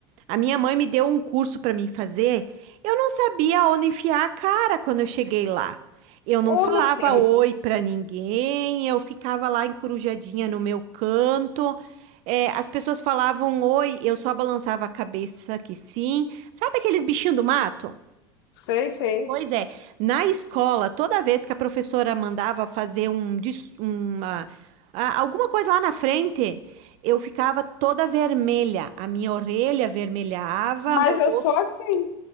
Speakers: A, on the right; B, on the left.
A: A minha mãe me deu um curso para mim fazer. Eu não sabia onde enfiar a cara quando eu cheguei lá. Eu não
B: Oh,
A: falava
B: meu Deus!
A: oi para ninguém, eu ficava lá encorujadinha no meu canto. É, as pessoas falavam oi, eu só balançava a cabeça que sim. Sabe aqueles bichinhos do mato?
B: Sei, sei.
A: Pois é, na escola, toda vez que a professora mandava fazer um, dis- uma, a- alguma coisa lá na frente, eu ficava toda vermelha. A minha orelha vermelhava,
B: Mas
A: meu
B: eu
A: rosto-
B: sou assim.